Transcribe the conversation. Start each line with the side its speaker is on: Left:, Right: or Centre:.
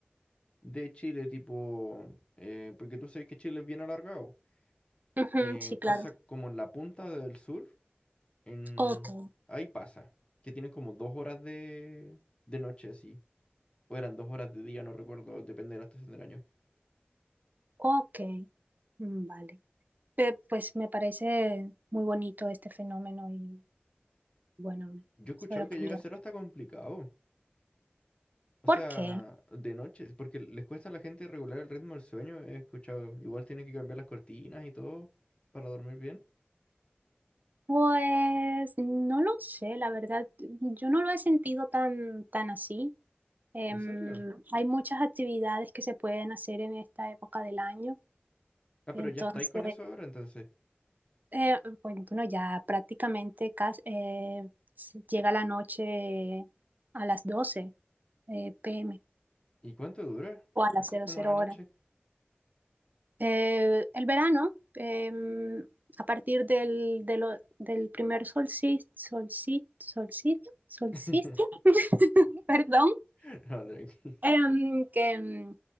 Left: de Chile, tipo, eh, porque tú sabes que Chile es bien alargado.
Right: Ujú,
Left: eh,
Right: sí, claro.
Left: pasa como en la punta del sur, en...
Right: Ok,
Left: ahí pasa, que tienen como dos horas de, de noche, así. O eran dos horas de día, no recuerdo, depende de la estación del año.
Right: ok. Mm, Vale. Eh, pues me parece muy bonito este fenómeno y bueno,
Left: Yo he escuchado
Right: solo
Left: que
Right: quería.
Left: llega a ser hasta complicado. O
Right: ¿Por
Left: sea,
Right: qué?
Left: de noche, porque les cuesta a la gente regular el ritmo del sueño, he escuchado. Igual tienen que cambiar las cortinas y todo para dormir bien.
Right: Pues no lo sé, la verdad, yo no lo he sentido tan, tan así. Em,
Left: ¿En serio?
Right: hay muchas actividades que se pueden hacer en esta época del año.
Left: Ah,
Right: Entonces,
Left: pero ya estáis con eso ahora, entonces.
Right: eh, bueno, bueno, ya prácticamente casi, eh, se llega la noche a las 12 eh, pm
Left: ¿Y cuánto dura?
Right: o a
Left: Así
Right: las cero
Left: como
Right: cero
Left: la noche.
Right: horas. Eh, el verano, em, a partir del, de lo- del primer solsticio, solsticio, solsticio, solsticio,
Left: <laughs>
Right: <laughs> perdón,
Left: No, tranqui.
Right: Em, que, em,